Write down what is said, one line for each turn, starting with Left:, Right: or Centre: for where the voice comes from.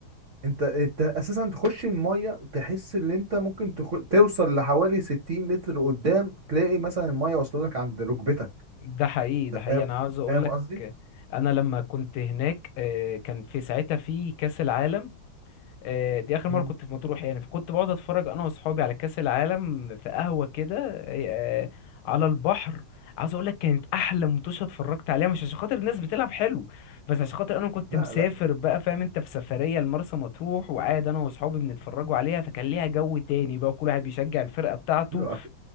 Right: انت انت اساسا تخش الميه تحس ان انت ممكن تخ... توصل لحوالي 60 متر قدام تلاقي مثلا الميه واصله لك عند ركبتك
Left: ده حقيقي ده
Right: انت
Left: حقيقي
Right: فاهم
Left: انا عاوز اقول
Right: فاهم
Left: لك
Right: قصدي
Left: انا لما كنت هناك آه، كان في ساعتها في كاس العالم آه، دي اخر مره
Right: مم.
Left: كنت في مطروح يعني فكنت بقعد اتفرج انا واصحابي على كاس العالم في قهوه كده آه، على البحر عاوز اقول لك كانت احلى متوشه اتفرجت عليها مش عشان خاطر الناس بتلعب حلو بس عشان خاطر انا كنت
Right: لا
Left: مسافر
Right: لا
Left: بقى فاهم انت في سفريه لمرسى مطروح وقاعد انا واصحابي بنتفرجوا عليها فكان ليها جو تاني بقى كل واحد بيشجع الفرقه بتاعته
Right: ايوه اكيد,